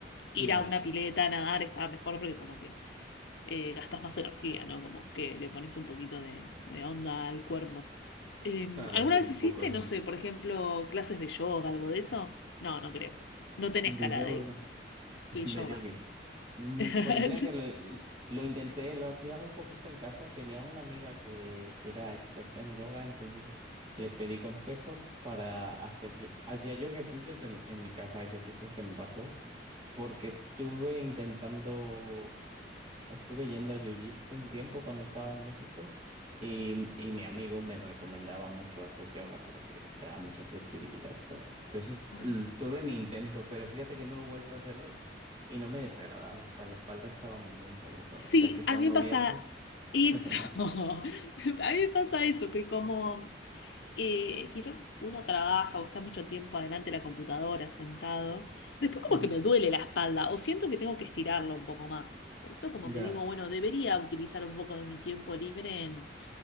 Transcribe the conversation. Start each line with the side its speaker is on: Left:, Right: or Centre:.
Left: Ir
Right: ya,
Left: a una pileta a nadar está mejor porque como que eh, gastas más energía, ¿no? Como que le pones un poquito de, de onda al cuerpo. Eh,
Right: claro,
Left: ¿alguna
Right: hacer
Left: vez
Right: un
Left: hiciste,
Right: poco de ejercicio.
Left: no sé, por ejemplo, clases de yoga, algo de eso? No, no creo. No tenés
Right: De
Left: cara
Right: yoga,
Left: de,
Right: <laughs>
Left: de
Right: de
Left: yoga.
Right: yogi. Mm,
Left: <laughs>
Right: Pues mira que lo, lo intenté, lo hacía un poquito en casa. Tenía una amiga que, que era experta en yoga, entonces le pedí consejos para hacer yo, hacía yo ejercicios en, en mi casa, ejercicios que me pasó, porque estuve intentando. Estuve yendo a Jiu-Jitsu un tiempo cuando estaba en México y, y mi amigo me recomendaba mucho hacer yoga porque te da mucha flexibilidad y todo. Entonces
Left: Ah.
Right: l- tuve mi intento, pero fíjate que no he vuelto a hacerlo y no me desagradaba. Para la espalda estaba muy bien, sobre todo,
Left: Sí,
Right: ya que está
Left: a
Right: uno
Left: mí me pasa
Right: viejo.
Left: eso.
Right: <laughs>
Left: <laughs> A mí me pasa eso, que como eh, quizás uno trabaja o está mucho tiempo adelante de la computadora sentado, después como
Right: Ujú,
Left: que me duele la espalda o siento que tengo que estirarlo un poco más. Por eso como
Right: Ya.
Left: que digo, bueno, debería utilizar un poco de mi tiempo libre en,